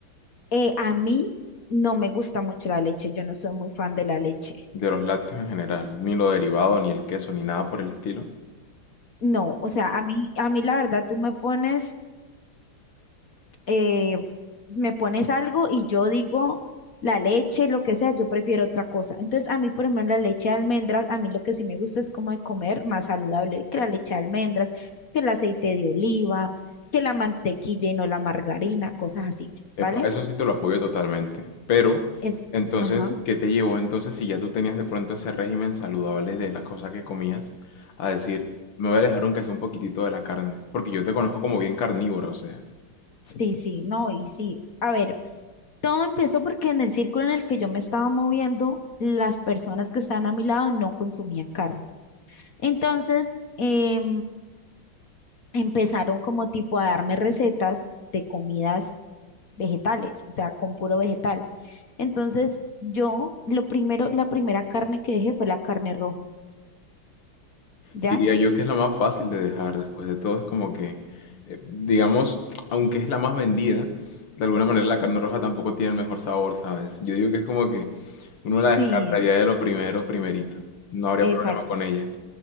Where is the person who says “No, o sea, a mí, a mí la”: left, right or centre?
Left